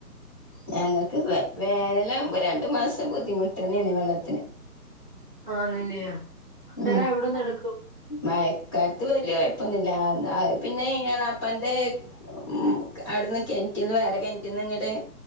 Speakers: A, on the left; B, on the right.
A: ഞങ്ങക്ക് വ വേനലാവുമ്പോ രണ്ടു മാസം ബുദ്ധിമു ട്ടന്നെനി വെള്ളത്തിന്
B: ആണ്ലേ അന്നേരം
A: ഉം
B: എവിടെന്ന് എട്ക്കും
A: മഴക്കാലത്ത് വലിയ കൊഴപ്പൊന്നുല്ല അത്‌ പിന്നെ എളാപ്പാന്റെ ഉം അവിട്ന്ന് കിണറ്റീന്ന് വേറെ കിണറ്റീന്ന് ഇങ്ങട്ട്